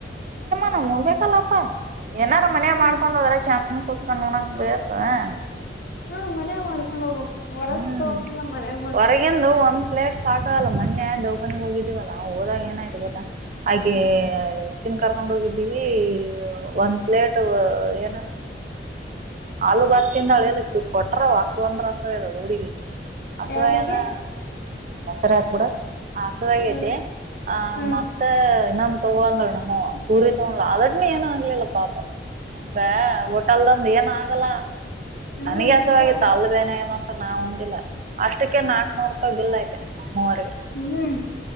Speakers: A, on the right; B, on the left.
A: ನಬೇಕೇಕಲ್ಲಾಪ್ಪ ಏನಾರ ಮನೆ
B: ಹ್ಮ್
A: ಮಾಡ್ಕೊಂಡು ಹೋದ್ರೆ ಚಂ <unintelligible>
B: ಹ್ಮ ಮನೆೇ ಮಾಡ್ಕೊಂಡ್ ಹೋಗಬೇಕು ಹೊರಗೆ
A: ಹ್ಮ್
B: ತೋಕಲ್ಲ ಮನ್ಯಾಗ ಮಾಡಕೆಂದು
A: ಹೊರಗಿಂದು ಒಂದ್ ಪ್ಲೇಟ್ ಸಾಕಲ್ಲ ಮೊೆ ದೌಪನ್ಗ್ ಹೋಗಿದ್ದೀವಲ್ಲ ನಾವು ಹೋದಾಗ ಏನಾಯ್ತು ಗೊತ್ತ ಆಕೆ ಕಿಂದ ಕರ್ಕೊಂಡ್ ಹೋಗಿದ್ದೀವಿ ಒಂದ್ ಪ್ಲೇಟ್ ಏನದ ಹಾಲು ಭಾತಿಂದ ಅಳದಕ್ಕೆು ಕೊಟ್ಟರ ಅಸು ಅಂದ್ರಸುದು ರೂಢಿ ಹಸುವಾಗ್ಯಾದ
B: ಯಾರಿಗೆ
A: ದಸರ ಹಾಕ್ಬಿಡ ಹಸುವಾಗೇತಿ
B: ಹ್ಮ್ ಹ್ಮ್
A: ಮತ್ತ ಆ ನಮ್ದು ಅಂದ್ಲು ನಮ್ಮವ್ವ ಪೂರಿ ತಗೊಂಡು ಅದಿಟ್ ನೀ ಏನು ಅನ್ಲಿಲ್ಲ ಪಾಪ ಹಂಗ ಹೋಟೆಲ್ ದಂದ್ ಏನು ಅಗಲ ನನಗೆ
B: ಹ್ಮ್
A: ಹಸವಾಗಿತ
B: ಕರು
A: ಅಲ್ಬ್ಯಾನಿ ಅಂತ ನಾ ಉಂಡಿಲ್ಲ ಅಷ್ಟಕ್ಕೆ ನಾಕ್ನೂರು ರೂಪಾಯಿ ಬಿಲ್ ಐತೆ ಮೂವರಿಗೆ
B: ಹ್ಮ್